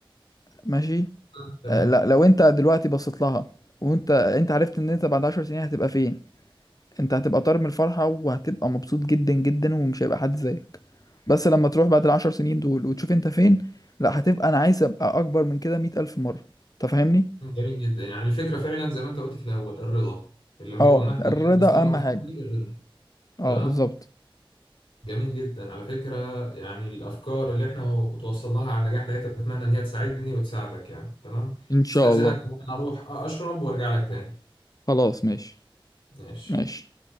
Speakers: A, on the left (about 40°); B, on the left (about 75°).
A: ماشي
B: آه، تمام
A: آه، لا لو انت دلوقتي بصيت لها وانت انت عرفت ان انت بعد عشر سنين هتبقى فين انت هتبقى طار من الفرحة وهتبقى مبسوط جدا جدا ومش هيبقى حد زيك بس لما تروح بعد العشر سنين دول وتشوف انت فين لا هتبقى انا عايز ابقى اكبر من كده مية الف مرة انت فاهمني
B: جميل جدا يعني الفكرة فعلا زي ما انت قلت في الاول الرضا اللي هو
A: اه
B: مهما
A: الرضا
B: كان المستوى اللي
A: اهم
B: أنا وصلت
A: حاجة
B: ليه الرضا
A: اه
B: تمام
A: بالظبط
B: جميل جدا على فكرة يعني الافكار اللي احنا توصلناها على النجاح ده اتمنى ان هي تساعدني وتساعدك يعني تمام
A: ان شاء
B: استأذنك
A: الله
B: ان انا اروح اشرب وارجع لك تاني
A: خلاص ماشي
B: ماشي
A: ماشي